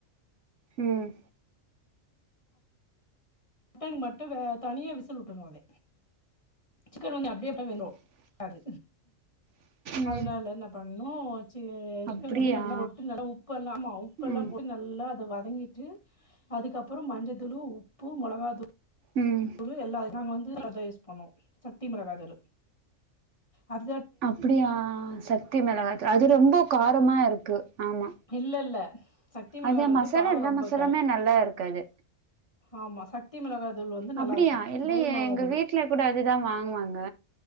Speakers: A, on the right; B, on the left.
A: ம்
B: மட்டன் மட்டு வே தனியா விசில் உட்டுணு அத சிக்கன் வந்து அப்டியே உட்டா வெந்ரு அது
A: ம்
B: அதனால இன்ன பண்ணோ டு சிக்கன்
A: அப்டியா
B: வந்து நல்லா ஒட்டு நல்லா உப்பல்லா ஆமா உப்பல்லா
A: ம்
B: போட்டு நல் நல்ல அத வதங்கிட்டு அதுகப்றோ மஞ்சத்தூளு உப்பு மொளகாதூ
A: ம்
B: தூளு எல்லா நாங்க வந்து அத்தா யூஸ் பண்ணுவோ சக்தி மிளகதூளு அத
A: அப்டியா சக்தி மிளகாய்த்தூள் அது ரொம்போ காரமா இருக்கு ஆமா
B: இல்ல இல்ல சக்தி மொளகாதூள்
A: அது
B: வந்து
A: மசாலா
B: காரோ
A: எல்லா
B: ரொம்ப
A: மசாலாமே
B: இக்காது
A: நல்லா இருக்கு அது
B: ஆமா சத்தி மிளகாதூள் வந்து நல்லாருக்கு
A: அப்டியா இல்லையே
B: வெரு மிளகாதூளு
A: எங்க வீட்ல கூட அதுதா வாங்குவாங்க